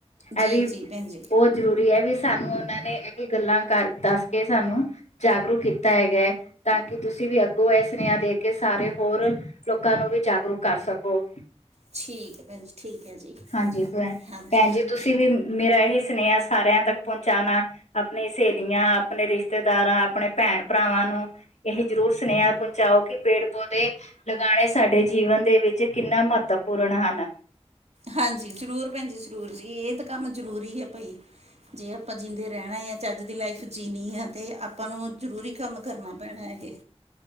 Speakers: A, on the right; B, on the left.
A: ਜੀ
B: ਇਹ ਵੀ
A: ਜੀ ਭੈਣ ਜੀ
B: ਬਹੁਤ ਜ਼ਰੂਰੀ ਹੈ ਵੀ ਸਾਨੂੰ ਉਹਨਾਂ ਨੇ ਇਹ ਵੀ ਗੱਲਾਂ ਘਰ ਦੱਸ ਕੇ ਸਾਨੂੰ। ਜਾਗਰੂਕ ਕੀਤਾ ਹੈਗਾ ਤਾਂ ਕਿ ਤੁਸੀਂ ਵੀ ਅੱਗੋਂ ਇਹ ਸੁਨੇਹਾ ਦੇ ਕੇ ਸਾਰੇ ਹੋਰ। ਲੋਕਾਂ ਨੂੰ ਵੀ ਜਾਗਰੂਕ ਕਰ ਸਕੋ।
A: ਠੀਕ ਹੈ ਭੈਣ ਜੀ, ਠੀਕ ਹੈ ਜੀ।
B: ਹਾਂਜੀ ਭੈਣ,
A: ਹਾਂਜੀ
B: ਭੈਣ ਜੀ ਤੁਸੀਂ ਵੀ ਮੇਰਾ ਇਹ ਹੀ ਸੁਨੇਹਾ ਸਾਰਿਆਂ ਤੱਕ ਪਹੁੰਚਾਉਣਾ। ਆਪਣੀ ਸਹੇਲੀਆਂ, ਆਪਣੇ ਰਿਸ਼ਤੇਦਾਰਾਂ, ਆਪਣੇ ਭੈਣ ਭਰਾਵਾਂ ਨੂੰ। ਇਹ ਜ਼ਰੂਰ ਸੁਨੇਹਾ ਪਹੁੰਚਾਓ ਕਿ ਪੇੜ ਪੌਦੇ। ਲਗਾਉਣੇ ਸਾਡੇ ਜੀਵਨ ਦੇ ਵਿੱਚ ਕਿੰਨਾ ਮਹੱਤਵਪੂਰਨ ਹਨ।
A: ਹਾਂਜੀ ਜ਼ਰੂਰ ਭੈਣ ਜੀ ਜ਼ਰੂਰ ਜੀ ਇਹ ਤਾਂ ਕੰਮ ਜ਼ਰੂਰੀ ਹੈ ਭਾਈ। ਜੇ ਆਪਾਂ ਜੀਂਉਦੇ ਰਹਿਣਾ ਹੈ ਚਜ ਦੀ ਲਾਈਫ ਜੀਉਣੀ ਆ ਤਾਂ ਆਪਾਂ ਨੂੰ ਜ਼ਰੂਰੀ ਕੰਮ ਕਰਨਾ ਪੈਣਾ ਇਹ।